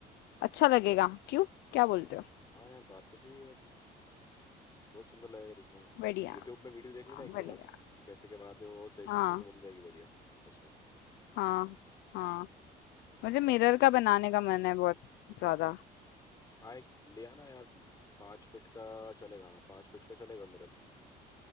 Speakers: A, on the left (about 80°); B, on the left (about 20°).
A: अच्छा लगेगा क्यों क्या बोलते हो
B: हाँ यार बात तो सही है तुम बहुत सुंदर लगेगा दिखने में
A: बढ़िया
B: यूट्यूब में वीडियो देख लेना एक
A: बढ़िया
B: दो बार कैसे क्या बनाते हो वो सजेशन
A: हाँ
B: तुमको मिल जाएगी बढ़िया उसमें
A: हाँ हाँ मुझे मिरर का बनाने का मन है बहुत ज्यादा
B: हाँ एक ले आना यार पाँच फीट का चलेगा हाँ पाँच फीट का चलेगा मिरर